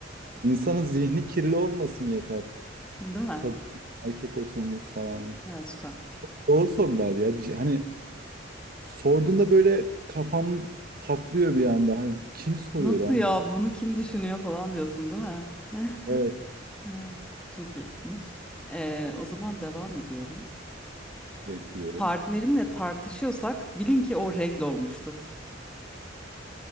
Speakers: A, on the right (about 50°); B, in the centre.
A: insanın zihni kirli olmasın yeter.
B: Değil mi?
A: Kadın erkek oturmuş falan.
B: Ya süper.
A: Doğru sorular ya. Bir şey- hani sorduğunda böyle kafam patlıyor bir anda. Hani kim soruyor
B: Nasıl
A: lan
B: ya
A: bunu?
B: bunu kim düşünüyor falan diyorsun değil mi? <laughs>
A: Evet
B: Ha, çok iyi. Hı. Ee, o zaman devam ediyorum.
A: bekliyorum.
B: Partnerimle tartışıyorsak bilin ki o regl olmuştur.